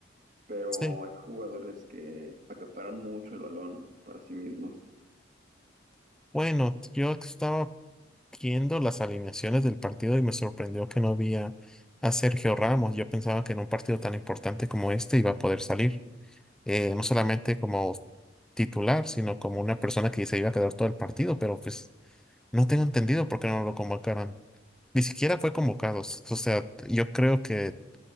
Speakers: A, on the right; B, in the centre.
A: Pero
B: Sí.
A: hay jugadores que acaparan mucho el balón para sí mismos.
B: Bueno, yo estaba viendo las alineaciones del partido y me sorprendió que no vi a, a Sergio Ramos. Yo pensaba que en un partido tan importante como este iba a poder salir, eh, no solamente como titular, sino como una persona que se iba a quedar todo el partido, pero pues No tengo entendido por qué no lo convocaron. Ni siquiera fue convocado. s- O sea, yo creo que